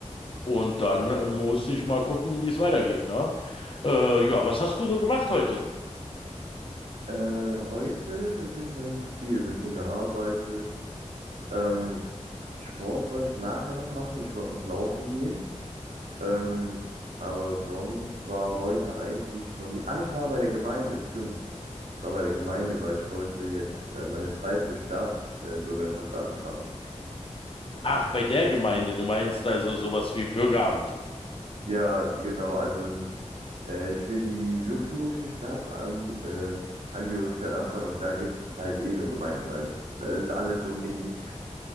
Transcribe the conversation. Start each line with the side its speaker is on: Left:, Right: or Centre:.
Left: und dann muss ich mal gucken, wie es weitergeht, ne? Äh, ja, was hast du so gemacht heute?
Right: Äh, heute tatsächlich noch nicht so viel, ein bisschen gearbeitet. Ähm, Sport wollte ich nachher noch machen, ich wollte noch laufen gehen. Ähm, aber sonst war heute eigentlich noch nicht. Ah, ich war bei der Gemeinde, stimmt. Ich war bei der Gemeinde, weil ich wollte jetzt äh, meine zweite Staatsbürgerschaft äh, anfragen.
Left: Ach, bei der Gemeinde, du meinst also sowas wie Bürgeramt.
Right: Ja, genau, also n- äh, ich will die luxemburgische Staatsan äh, Angehörigkeit anfragen und da gibt es halt eh nur Gemeinden, weil es das ist alles so mini.